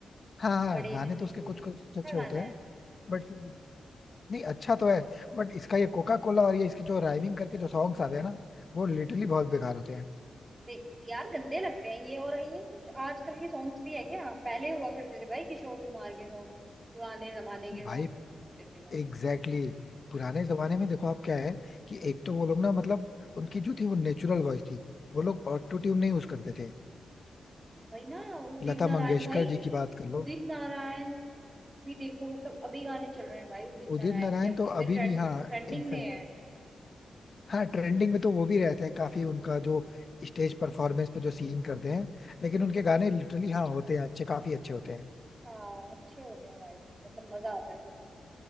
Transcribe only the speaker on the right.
बड़े
नसीबों
से
अच्छा
गाना
है
बे- यार गंदे लगते हैं ये और ये कुछ आजकल के सॉन्ग्स भी है क्या पहले हुआ करते थे भाई किशोर कुमार के सॉन्ग पुराने जमाने के
सॉन्ग होते थे गाने
वही ना उदित
नारायण
भाई
उदित
नारायण भी देखो मतलब अभी गाने चल रहे हैं भाई उदित
नारायण
के अब
कितने
ट्रेंड
ट्रेंडिंग
में है
हाँ अच्छे होते हैं भाई मतलब मजा आता है सुनने में